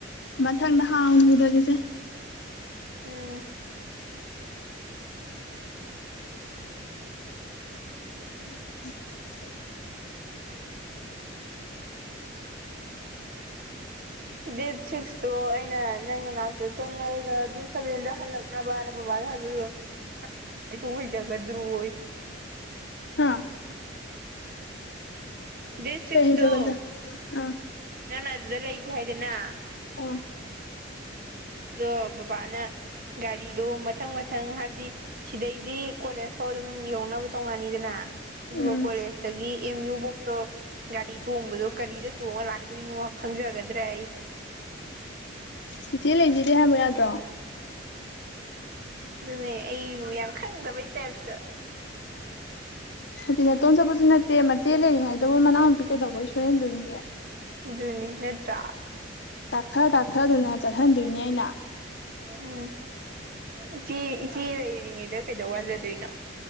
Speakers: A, on the left; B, on the right.
A: ꯃꯊꯪꯗ ꯍꯥꯎꯍꯨꯗꯒꯦꯁꯦ
B: ꯎꯝ
A: <inaudible>
B: <unintelligible> ꯗꯦꯠ ꯁꯤꯛꯁꯇꯣ ꯑꯩꯅ ꯅꯪ ꯅꯅꯥꯛꯇ ꯆꯪꯉꯔꯒ ꯗꯦꯠ ꯁꯚꯦꯟꯗ ꯍꯜꯂꯛ ꯅꯕꯕꯥ ꯅꯕꯕꯥꯗ ꯍꯥꯏꯕ
A: <inaudible>
B: ꯍꯇꯣꯡ ꯍꯩꯖꯒꯗ꯭ꯔꯣꯏ
A: ꯍꯥꯥ
B: ꯁ ꯁꯤꯛꯁꯇꯣ
A: ꯀꯩ ꯍꯩꯖꯒꯗ꯭ꯔꯥ ꯑꯥ
B: ꯅꯪꯅ ꯑꯗꯨꯗ ꯂꯩꯁꯦ ꯍꯥꯏꯗꯅ
A: ꯑꯣ
B: ꯑꯗꯣ ꯕꯕꯥꯅ ꯒꯥꯔꯤꯗꯣ ꯃꯊꯪ ꯃꯊꯪ ꯍꯥꯏꯕꯗꯤ ꯁꯤꯗꯩꯗꯤ ꯀꯣꯂꯦꯖ ꯁ ꯑꯗꯨꯝ ꯌꯧꯅꯕ ꯇꯣꯡꯉꯥꯅꯤꯗꯅ ꯑꯗꯨꯒ
A: ꯎꯝ
B: ꯀꯣꯂꯦꯖꯇꯒꯤ ꯑꯦꯝ ꯌꯨꯕꯣꯛꯇꯣ ꯒꯥꯔꯤ ꯇꯣꯡꯕꯗꯣ ꯀꯔꯤꯗ ꯇꯣꯡꯉ ꯂꯥꯛꯇꯣꯏꯅꯣ ꯈꯪꯖꯒꯗ꯭ꯔꯦ ꯑꯩ
A: ꯁꯤꯆꯦ ꯂꯩꯁꯤꯗꯦ ꯍꯥꯏꯕ ꯌꯥꯗ꯭ꯔꯣ
B: ꯑꯗꯨꯅꯦ ꯑꯩꯕꯨ ꯌꯥꯝ ꯈꯪꯗꯕꯩ ꯇꯥꯏꯞꯇ
A: ꯑꯗꯨꯗꯤ ꯅꯇꯣꯝ ꯆꯠꯄꯁꯨ ꯅꯠꯇꯦ ꯃꯆꯦ ꯂꯩꯔꯤꯉꯩꯗꯕꯨ ꯃꯅꯥꯎ ꯅꯨꯨꯄꯤ ꯀꯩꯗꯧꯕꯩ ꯁꯣꯏꯍꯟꯗꯣꯔꯤꯒꯦ
B: ꯑꯗꯨꯅꯤ ꯅꯦꯠꯇ꯭ꯔ
A: ꯇꯥꯛꯊ ꯇꯥꯛꯊꯗꯅ ꯆꯠꯍꯟꯗꯣꯏꯅꯦ ꯑꯩꯅ
B: ꯎꯝ ꯏꯆꯦ ꯏꯆꯦ ꯂꯩꯔꯤꯉꯩꯗ ꯀꯩꯗꯧ ꯋꯥꯖꯗꯣꯏꯅꯣ